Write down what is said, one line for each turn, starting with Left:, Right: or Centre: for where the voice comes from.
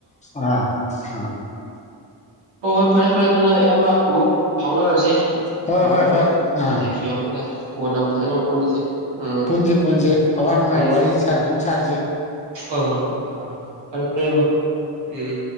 Left: ꯑ ꯑ
Right: ꯍꫭ ꯍꯣꯏ ꯐꯔꯦ ꯐꯔꯦ ꯑꯗꯨꯅ ꯏꯌꯥꯝꯕ ꯑꯃꯨꯛ ꯐꯥꯎꯅꯔꯖꯤ
Left: ꯍꯣꯏ
Right: ꯊꯣꯏꯗꯣꯛꯄ
Left: ꯍꯣꯏ ꯍꯣꯏ ꯑꯥ
Right: <unintelligible> ꯀꯣꯟꯅ ꯑꯃꯨꯛ ꯐꯖꯅꯃꯨꯛ ꯄꯨꯜꯂꯁꯤ ꯎꯝ
Left: ꯄꯨꯟꯖꯦ ꯄꯨꯟꯖꯦ ꯑꯋꯥ ꯅꯨꯡꯉꯥꯏ
Right: ꯎꯝ
Left: ꯋꯥꯔꯤ ꯁꯥꯗꯨꯝ ꯁꯥꯖꯦ
Right: ꯍꯣꯏ ꯍꯣꯏ ꯍꯣꯏ ꯑ ꯐꯔꯦ ꯐꯔꯦ ꯏꯌꯥꯝꯕ ꯎꯝ